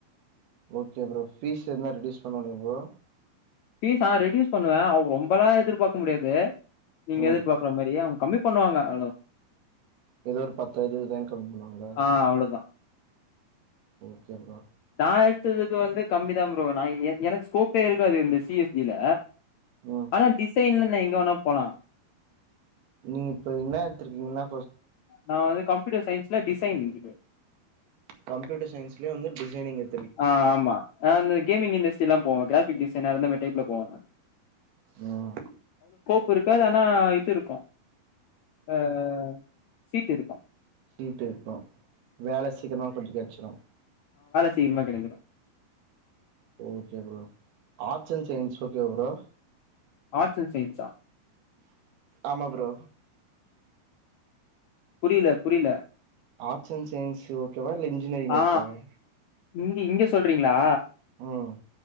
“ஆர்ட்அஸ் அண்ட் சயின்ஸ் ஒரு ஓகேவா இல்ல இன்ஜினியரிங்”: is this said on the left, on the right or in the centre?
Right